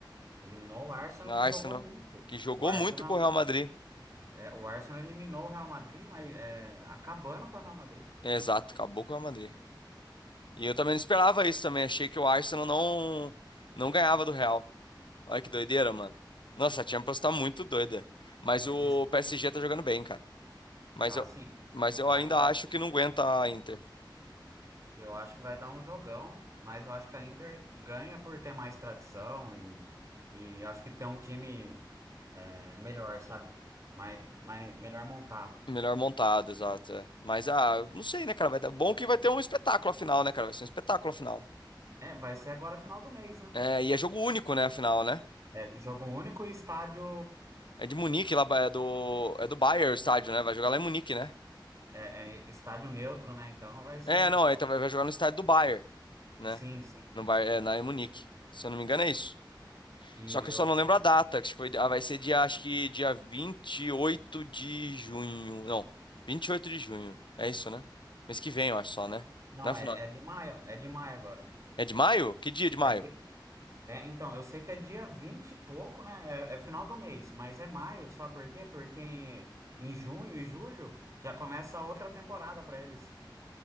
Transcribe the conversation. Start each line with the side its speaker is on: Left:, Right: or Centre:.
Right: Eliminou o Arsenal,
Left: Na
Right: que
Left: Arsenal,
Right: jogou muito.
Left: que jogou
Right: O Arsenal,
Left: muito com o Real Madrid.
Right: é, o Arsenal eliminou o Real Madrid, mas é, acabando com o Real Madrid.
Left: É, exato, acabou com o Real Madrid. E eu também não esperava isso também. Achei que o Arsenal não, não ganhava do Real. Olha que doideira, mano. Nossa, a Champions tá muito doida. Mas
Right: É,
Left: o
Right: esse,
Left: PSG tá jogando bem, cara. Mas
Right: tá
Left: eu,
Right: assim.
Left: mas eu
Right: Eu
Left: ainda
Right: acho que vai,
Left: acho que não aguenta a Inter.
Right: eu acho que vai dar um jogão, mas eu acho que a Inter ganha por ter mais tradição e, e acho que tem um time é, melhor, sabe? Mais, mais, melhor montado.
Left: Melhor montado, exato. é. Mas, ah, eu não sei, né, cara? Vai dar... Bom que vai ter um espetáculo afinal, né, cara? Vai ser um espetáculo afinal.
Right: É, vai ser agora final do mês, né?
Left: É, e é jogo único, né, afinal, né?
Right: É, é jogo único e estádio.
Left: É de Munique, lá é do é do Bayern o estádio, né? Vai jogar lá em Munique, né?
Right: É, é estádio neutro, né? Então vai ser.
Left: É, não, é, então vai vai jogar no estádio do Bayern, né?
Right: Sim, sim.
Left: No Bayern, é, na em Munique. Se eu não me engano é isso.
Right: E
Left: Só que eu
Right: eu.
Left: só não lembro
Right: eu-
Left: a data, que foi, ah, vai ser dia, acho que dia 28 de junho. Não, 28 de junho. É isso, né? Mês que vem, eu acho só, né?
Right: Não,
Left: Não é final.
Right: é, é de maio. É de maio agora.
Left: É de maio? Que dia de maio?
Right: É porque. É, então, eu sei que é dia 20 e pouco, né? É, é final do mês, mas é maio, sabe por quê? Porque em, em junho e julho já começa outra temporada pra eles.